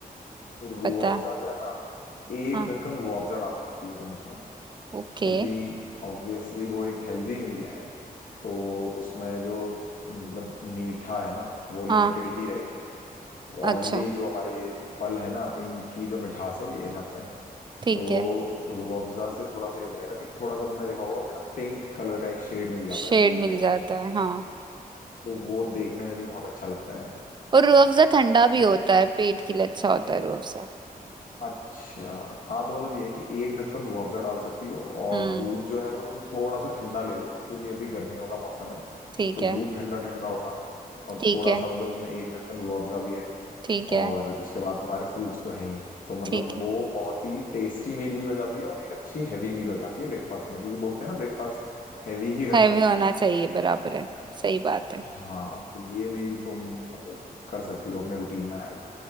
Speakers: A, on the left (about 60°); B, on the right (about 30°).
A: तो रूह
B: पता
A: अफ़ज़ा
B: है
A: जो है ना एक
B: हाँ
A: ढक्कन रूह अफ़ज़ा डाल सकती हो तुम उसमें
B: ओके
A: क्योंकि ऑब्वियसली वो एक हेल्दी मील है तो उसमें जो मतलब मीठा है ना वो लिमिटेड
B: हाँ
A: ही रहेगी
B: अच्छा
A: ऑलरेडी जो हमारे ये फल है ना इनकी जो मिठास है ये इनफ है
B: ठीक
A: तो
B: है
A: रूह अफ़ज़ा से थोड़ा सा ये हो जाएगा कि थोड़ा सा तुमने देखा होगा उसे ना पिंक कलर का एक शेड मिल जाता
B: शेड
A: है दूध
B: मिल
A: को
B: जाता है हाँ
A: तो वो देखने में भी बहुत अच्छा लगता है
B: और रूह अफ़ज़ा ठंडा भी
A: तो
B: होता है पेट के लिए अच्छा होता है रूह अफ़ज़ा
A: अच्छा हाँ तो मतलब ये है कि एक ढक्कन रूह अफ़ज़ा डाल सकती हो और
B: हम्म
A: दूध जो है वो तुम थोड़ा सा ठंडा ले लो क्योंकि अभी गर्मियों का मौसम है
B: ठीक
A: तो
B: है
A: दूध ठंडा ठंडा होगा और
B: ठीक
A: थोड़ा
B: है
A: सा मतलब उसमें एक ढक्कन रूह अफ़ज़ा भी है
B: ठीक है
A: और उसके बाद तुम्हारे फ्रूट्स तो हैं ही तो मतलब
B: ठीक है
A: वो बहुत ही टेस्टी मील भी हो जाती है और एक अच्छी हैवी मील हो जाती है ब्रेकफास्ट में क्योंकि बोलते हैं ना ब्रेकफास्ट हैवी ही करना
B: हैवी
A: चाहिए
B: होना चाहिए बराबर है सही बात है
A: हाँ तो ये मील तुम मतलब कर सकती हो अपने रूटीन में ऐड